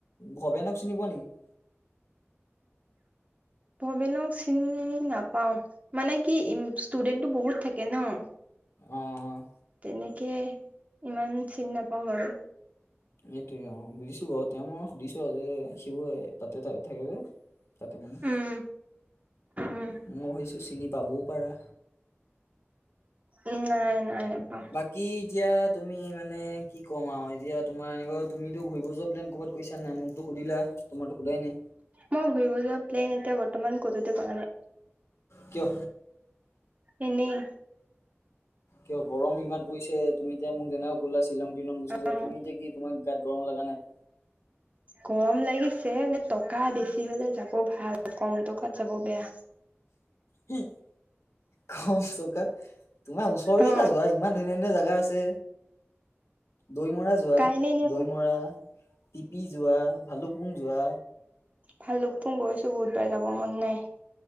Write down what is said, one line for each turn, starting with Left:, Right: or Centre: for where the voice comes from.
Left: ভবেনক চিনি পোৱা নেকি?
Right: ভবেনক চিনি নাপাও। মানে কি ই ষ্টুডেন্টটো বহুত থাকে ন'?
Left: অঁ।
Right: তেনেকে ইমান চিনি নাপাওঁ বাৰু।
Left: এইটোয়ে অঁহ বুজিছো বাৰু তেওঁক মই সুধিছো আৰু যে সিও তাতে থা থাকে যে? তা'তে মানে।
Right: উম উম
Left: মই ভাবিছোঁ চিনি পাবও পাৰা?
Right: উমঁ নাই নাই নেপাও।
Left: বাকী' এতিয়া তুমি মানে কি ক'ম আৰু এতিয়া তোমাৰ এনেকুৱা তুমিটো ঘূৰিব যোৱা প্লেন কৰ'বাত কৰিছা নাই? মোকতো সুধিলা তোমাক তো সোধাই নাই?
Right: মই ঘূৰিব যোৱা প্লেইন এতিয়া বৰ্তমান ক'তোতে কৰা নাই।
Left: কিয়?
Right: এনেই।
Left: কিয় গৰম ইমান পৰিছে, তুমি এতিয়া মোক যেনেকুৱা কৰিলা শ্বিলং- টিলং গুচি
Right: অ',
Left: যোৱা। তুমি এতিয়া কি তোমাৰ গাত গৰম লগা নাই?
Right: গৰম লাগিছে মানে টকা বেছি হ'লে যাব ভাল, ক'ম টকাত যাব বেয়া।
Left: কি' কম টকাত, তোমাৰ ওচৰতে
Right: অ
Left: যোৱা ইমান ধূনীয়া ধূনীয়া জেগা আছে। দৈমৰা যোৱা
Right: কাইলে এনে
Left: দৈমৰা টিপি যোৱা, ভালুকপুং যোৱা।
Right: ভালুকপুং গৈছো বহুতবাৰ যাব মন নাই।